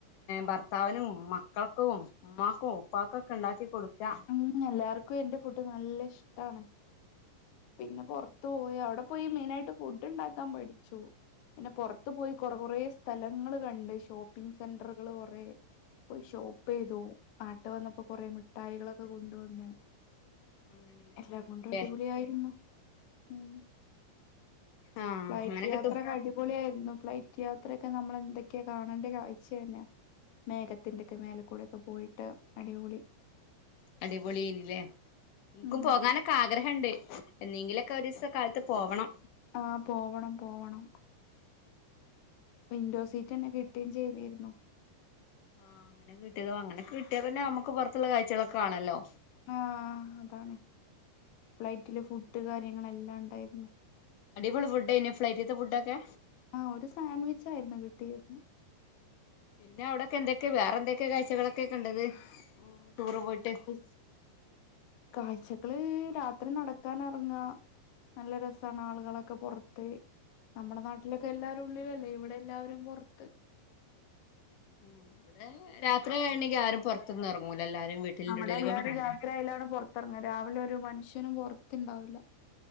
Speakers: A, on the left (about 70°); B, on the left (about 85°).
A: ഭർത്താവിനും മക്കൾക്കും ഉമ്മാക്കും ഉപ്പക്കോക്കെ ഉണ്ടാക്കി കൊടുക്കാ
B: ഉം എല്ലാർക്കും എന്റെ ഫുഡ് നല്ല ഇഷ്ടാണ്. പിന്നെ പുറത്ത് പോയ അവിടെ പോയി മെയിനായിട്ട് ഫുഡ് ഉണ്ടാക്കാൻ പടിച്ചു പിന്നെ പുറത്ത് പോയി കൊറ കൊറേ സ്ഥലങ്ങൾ കണ്ട് ഷോപ്പിങ്ങ് സെന്ററുകൾ കൊറേ പോയി ഷോപ്പ് ചെയ്തു നാട്ട് വന്നപ്പോ കൊറേ മിഠായികള് ക്കെ കൊണ്ടു വന്നു.
A: അങ്ങനെയൊക്കെ
B: എല്ലാം
A: ചെയ്തുല്ലേ
B: കൊണ്ടും അടിപൊളിയായിരുന്നു ഉം.
A: ആഹ്
B: ഫ്ലൈറ്റ്
A: അങ്ങനെ
B: യാത്ര
A: കിട്ടും
B: അടിപൊളിയായിരുന്നു ഫ്ലൈറ്റ് ക യാത്രയൊക്കെ നമ്മളെന്തൊക്കെയാ കാണേണ്ട കാഴ്ച തന്നെ. മേഘത്തിന്റെക്കെ മേലക്കൂടെക്കെ പോയിട്ട് അടിപൊളി.
A: അടിപൊളിയേനില്ലേ ഇക്കും
B: ഉം
A: പോകാനൊക്കെ ആഗ്രഹണ്ട്. എന്തെങ്കിലൊക്കെ ഒരു ദിവസം കാലത്ത് പോവണം
B: ആഹ് പോവണം പോവണം വിൻഡോ സീറ്റ് തന്നെ കിട്ടുകയും ചെയ്തിരുന്നു
A: ആഹ് അങ്ങനെ കിട്ടിയതോ അങ്ങനെ കിട്ടിയാൽതന്നെ നമ്മക്ക് പുറത്തുള്ള കാഴ്ചകളൊക്കെ കാണല്ലോ
B: ആ അതാണ് ഫ്ലൈറ്റില് ഫുഡ് കാര്യങ്ങളെല്ലാം ഉണ്ടായിരുന്നു
A: അടിപൊളി ഫുടെന്നെയാ ഫ്ലൈറ്റത്തെ ഫുടൊക്കെ.
B: ആ ഒരു സാൻവിച് ആയിരുന്നു കിട്ടിരുന്ന്.
A: പിന്നെ അവിടൊക്കെ എന്തൊക്കെയ വേറെ എന്തൊക്കെയെ കാഴ്ചകളൊക്കെ കണ്ടത്? ടൂറ് പോയിട്ട്
B: കാ കാഴ്ച മക്കള് രാത്രി നടക്കാൻ ഇറങ്ങ, നല്ല രസമാണ് ആളുകളൊക്കെ പുറത്ത് നമ്മുടെ നാട്ടിലൊക്കെ എല്ലാവാരും ഉള്ളിലല്ലേ ഇവിടെ എല്ലാവരും പുറത്ത്.
A: ഉ ഇവിടെ രാത്രി ആണെങ്കിൽ ആരും പുറത്തന്ന് ഇറങ്ങൂല. എല്ലാരും വീട്ടിലിന്റെ
B: അവിടെ
A: ഉള്ളിൽ
B: എല്ലാരും
A: കിടന്നോളും
B: രാത്രിയാലാണ് പുറത്തിറങ്ങത് രാവിലെ ഒരു മനുഷ്യ നും പുറത്തണ്ടാവില്ല